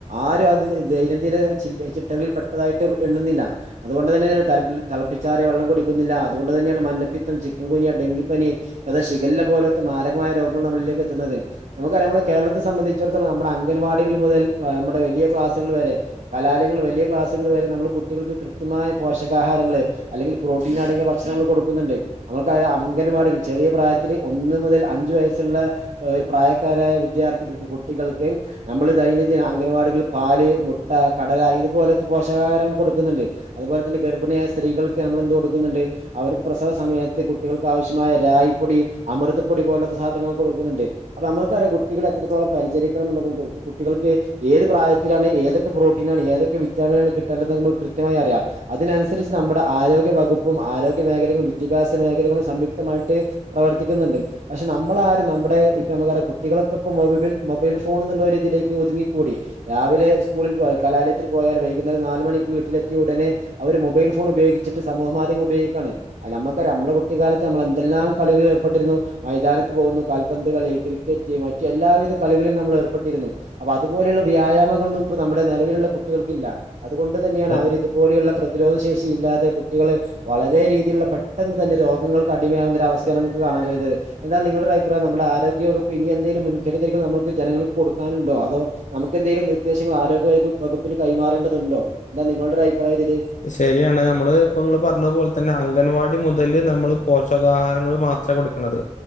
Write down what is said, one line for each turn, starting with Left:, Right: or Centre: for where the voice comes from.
Right: ആരു അത് ദൈനംദിന ചിൽ ചിട്ടകളിൽ പെട്ടതായിട്ട് എണ്ണുന്നില്ല. അത്കൊണ്ട് തന്നെണ് തലപ്പിൽ തളപ്പിച്ചാറിയ വെള്ളം കുടിക്കുന്നില്ല അതുകൊണ്ട് തന്നെയാണ് മന്നപ്പിത്തം ചിക്കൻകുനിയ ഡെങ്കിപ്പനി അത് ശിഗേല്ല പോലോത്ത മാരകമായ രോഗങ്ങൾ ന്നമ്മളിലേക്ക് എത്തുന്നത്. ന്നമുക്കറിയ ന്നമ്മള് കേരളത്തെ സംബന്ധിച്ചിടത്തോളം ന്നമ്മടെ അംഗൻവാടികൾ മുതൽ ന്നമ്മടെ വലിയ ക്ലാസ്സുകൾ വരെ. കലാലയങ്ങൾ വലിയ ക്ലാസ്സുകൾ വരെ ന്നമ്മള് കുട്ടികൾക്ക് കൃത്യമായ പോഷകാഹാരങ്ങള്ൾ അല്ലെങ്കിൽ പ്രോട്ടീൻ അടങ്ങിയ ഭക്ഷണങ്ങൾ കൊടുക്കുന്നുണ്ട് ന്നമുക്ക് അംഗൻവാടികൾ ചെറിയ പ്രായത്തില് ഒന്ന് മുതൽ അഞ്ചു വയസ്സ്ള്ള എഹ് ഒരു പ്രായക്കാരായ വിദ്യാർത്ഥികൾക്ക് കുട്ടികൾക്ക് ന്നമ്മള് ദൈനംദിന അംഗൻവാടികൾ പാല്, മുട്ട, കടല ഇതുപോലത്തെ പോഷകാഹാരങ്ങൾ കൊടുക്കുന്നുണ്ട്. അതുപോലെ തന്നെ ഗർഭിണിയായ സ്ത്രീകൾക്ക് ന്നമ്മൾ എന്തു കൊടുക്കുന്നുണ്ട് അവർക്ക് പ്രസവ സമയത്ത് കുട്ടികൾക്ക് ആവശ്യമായ റാഗി പ്പൊടി അമൃതപ്പൊടി പോലത്തെ സാധനങ്ങൾ കൊടുക്കുന്നുണ്ട്. അപ്പൊ നമ്മക്കറിയ കുട്ടികൾ എത്രത്തോളം പരിചരിക്കണം എന്നുള്ളതും കുട്ടികൾക്ക് ഏത് പ്രായത്തിലാണ് ഏതൊക്കെ പ്രോട്ടീനാണ് ഏതൊക്കെ വിറ്റാമിനാണ് കിട്ടേണ്ടത് ന്നമ്മൾക്ക് കൃത്യമായി അറിയാം. അതിനനുസരിച്ച് ന്നമ്മുടെ ആരോഗ്യ വകുപ്പും ആരോഗ്യ മേഖലകളും വിദ്യാഭ്യാസ മേഖലകളും സംയുക്തമായിട്ട് പ്രവർത്തിക്ക്ന്ന്ണ്ട് പഷെ ന്നമ്മളാരും ന്നമ്മടെ ഇപ്പൊ ന്നമുക്കറിയ കുട്ടികളൊക്കെപ്പൊ മൊബബിൽ മൊബൈൽ ഫോൺ എന്നുള്ള ഒരിതിലേക്ക് ഒതുങ്ങിക്കൂടി. രാവിലെ ഇസ്കൂളിൽ പോയാ കലാലയത്തിൽ പോയാൽ വൈകുന്നേരം നാലുമണിക്ക് വീട്ടിലെത്തിയ ഉടനെ അവര് മൊബൈൽ ഫോൺ ഉപയോഗിച്ചിട്ട് സമൂഹ മാധ്യമങ്ങ ഉപയോഗിക്കാണ് അ ന്നമക്കറിയ ന്നമ്മള് കുട്ടികാലത്ത് ത്ത് ന്നമ്മൾ എന്തെല്ലാം കളികളിൽ ഏർപ്പെട്ടിരുന്നു. മൈതാനത്ത് പോകുന്നു കാൽപന്ത് കളി ക്രിക്കറ്റ് മറ്റ് എല്ലാവിധ കളികളിൽ ന്നമ്മൾ ഏർപ്പെട്ടിരുന്നു. അപ്പൊ അതുപോലെയുള്ള വ്യായാമങ്ങളൊന്നും ഇപ്പൊ ന്നമ്മുടെ ന്നെലവിലുള്ള കുട്ടികൾക്കില്ല അതുകൊണ്ട് തന്നെയാണ്
Left: അതെ,
Right: അവരിത് പോലുള്ള പ്രതിരോധ ശേഷി ഇല്ലാതെ കുട്ടികള് വളരെ രീതിയിലുള്ള പെട്ടെന്ന് തന്നെ രോഗങ്ങൾ കടിമയാവുന്ന ഒര അവസ്ഥയാണ് ന്നമുക്ക് കാണാൻ കഴിയുന്നത്. എന്താ ന്നിങ്ങളുടെ ഒരഅഭിപ്രായം ന്നമ്മളെ ആരോഗ്യവകുപ്പ് ഇനി എന്തെലും മുൻകരുതലുകൾ ന്നമക്ക് ജനങ്ങൾക്ക് കൊടുക്കാനുണ്ടോ അതോ ന്നമുക്ക്ന്തെലും നിർദ്ദേശങ്ങൾ ആരോഗ്യ വയപ്പ് വകുപ്പിന് കൈമാറേണ്ടതുണ്ടോ എന്താ ന്നിങ്ങളുടെ ഒരു അഭിപ്രായം ഇതില്?
Left: ശെരിയാണ് അമ്മള് ഇപ്പൊ ഇങ്ങള് പറഞ്ഞപോലെ തന്നെ അംഗൻവാടി മുതൽ ന്നമ്മള് പോഷകാഹാരങ്ങൾ മാത്രാ കൊട് ക്ക്ണത്